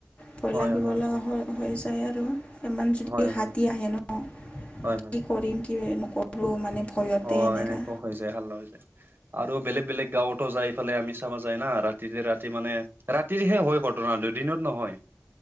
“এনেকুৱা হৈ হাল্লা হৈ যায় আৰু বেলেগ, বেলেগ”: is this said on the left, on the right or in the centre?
Right